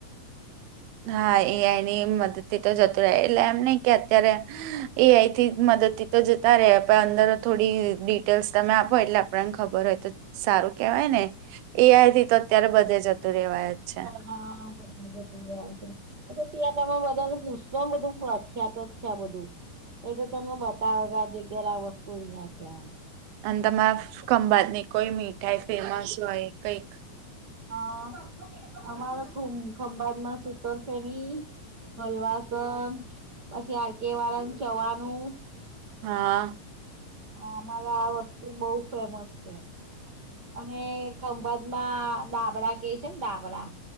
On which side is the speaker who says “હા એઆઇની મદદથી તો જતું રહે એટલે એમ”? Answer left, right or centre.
Right